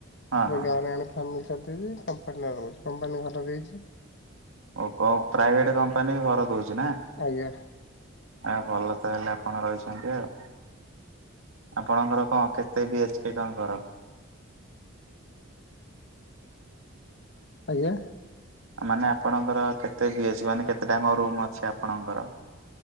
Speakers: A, on the right; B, on the left.
A: ହଁ ହଁ
B: ଗାଁରେ ଆଣି ଫାମିଲି ସାରିଦେଇଛି କମ୍ପାନୀରେ ରହୁଚୁ କମ୍ପାନୀ ଘର ଦେଇଛି।
A: ଓ କ ପ୍ରାଇଭେଟ କମ୍ପାନୀ ବି ଘର ଦଉଛି ନା।
B: ଆଜ୍ଞା।
A: ଆ ଭଲ ତା ହେଲେ ଆପଣ ରହିଛନ୍ତି ଆଉ। ଆପଣଙ୍କ ଘର କଣ କେତେ ବିଏଚ୍ପି କଣ ଘର।
B: ଆଜ୍ଞା।
A: ମାନେ ଆପଣଙ୍କର କେତେ ବିଏଚ୍ ମାନେ କେତେ ଟା ଆଙ୍କ ରୁମ୍ ଅଛି ଆପଣଙ୍କର?